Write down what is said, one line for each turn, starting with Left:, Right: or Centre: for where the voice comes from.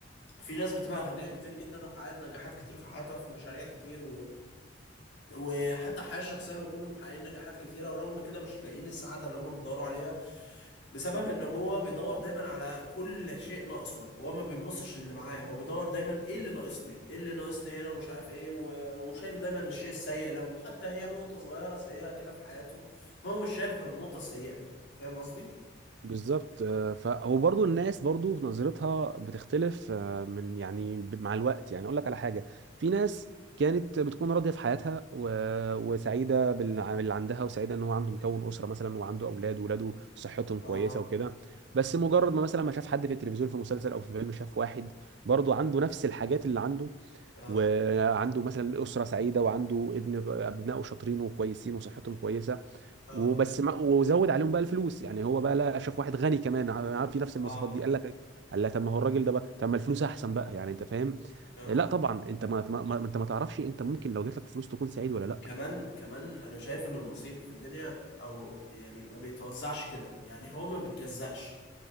Left: في ناس بتبقى اغنياء كتير جدا وحققت نجاحات كتير في حياتها في مشاريع كتير وحتى الحياة الشخصية بيكونوا محققين نجاحات كتيرة ورغم كده مش لاقيين السعادة اللي هم بيدوروا عليها بسبب ان هو بيدور دايما على كل شيء ناقصه هو ما بيبصش اللي معاه هو بيدور دايما ايه اللي ناقصني ايه اللي ناقصني هنا ومش عارف ايه و... وشايف دايما الشيء السيء لو حتى هي نقطة صغيرة سيئة كده في حياته هو مش شايف غير النقطة السيئة دي فاهم قصدي؟
Right: بالظبط آه، ف وبرضه الناس برضه في نظرتها بتختلف آه، من يعني ب- مع الوقت يعني اقول لك على حاجه في ناس كانت بتكون راضيه في حياتها و... وسعيده بال- باللي عندها وسعيده ان هو عنده مكون اسره مثلا وعنده اولاد واولاده صحتهم
Left: اها
Right: كويسه وكده بس مجرد ما مثلا ما شاف حد في التلفزيون في مسلسل او في فيلم شاف واحد برضه عنده نفس الحاجات اللي عنده
Left: اه
Right: وعنده مثلا اسره سعيده وعنده ابن ابنائه شاطرين وكويسين وصحتهم كويسه
Left: اه
Right: وبس ما وزود عليهم بقى الفلوس يعني هو بقى لا شاف واحد غني كمان ع- في نفس المواصفات
Left: اه
Right: دي قال لك قال لك طب ما هو الراجل ده بقى طب ما الفلوس احسن بقى يعني انت فاهم
Left: اه
Right: لا طبعا انت ما, ما ما- انت ما تعرفش انت ممكن لو جات لك فلوس تكون سعيد ولا لا
Left: كمان كمان انا شايف ان النصيب في الدنيا او يعني ما بيتوزعش كده يعني هو ما بيتجزأش